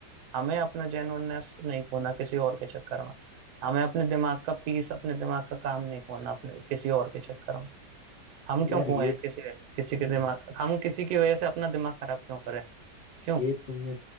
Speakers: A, on the right; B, on the left.
A: हमें अपना जेन्युइननेस नहीं खोना किसी और के चक्कर में हमें अपने दिमाग का पीस अपने दिमाग का काम नहीं खोना अपने किसी और के चक्कर में हम क्यों
B: यार
A: खोए
B: ये
A: किसी
B: तुमने-
A: किसी के दिमाग हम किसी की वजह से अपना दिमाग खराब क्यों करें क्यों
B: ये तुमने